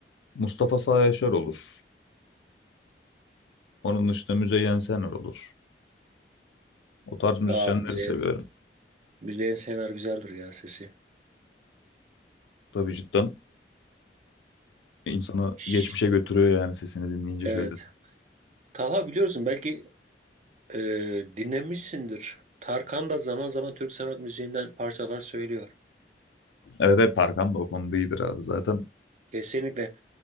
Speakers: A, on the left; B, on the right.
A: Mustafa Sağ Yaşar olur. Onun dışında Müzeyyen Senar olur. O tarz müzisyenleri
B: Aa müzeyen.
A: seviyorum.
B: Müzeyen Senar güzeldir ya sesi.
A: Tabii cidden İnsanı
B: Şş,
A: geçmişe götürüyor yani sesini dinleyince
B: evet.
A: şöyle.
B: Talha biliyorsun belki e, dinlemişsindir. Tarkan da zaman zaman Türk sanat müziğinden parçalar söylüyor.
A: Evet evet Tarkan da o konuda iyidir abi. Zaten
B: Kesinlikle.